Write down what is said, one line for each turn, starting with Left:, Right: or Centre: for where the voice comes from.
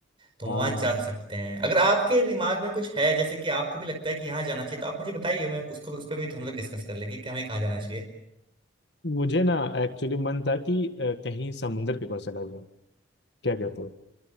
Right: तो हम
Left: हाँ
Right: वहां जा सकते हैं अगर आपके दिमाग में कुछ है जैसे कि आपको भी लगता है कि यहाँ जाना चाहिए तो आप मुझे बताइए मैं उसको उस पर भी हम लोग डिस्कस कर लेंगे कि हमें कहाँ जाना चाहिए
Left: मुझे ना एक्चुअली मन था कि अ, कहीं समुंदर के पास चला जाऊं क्या कहते हो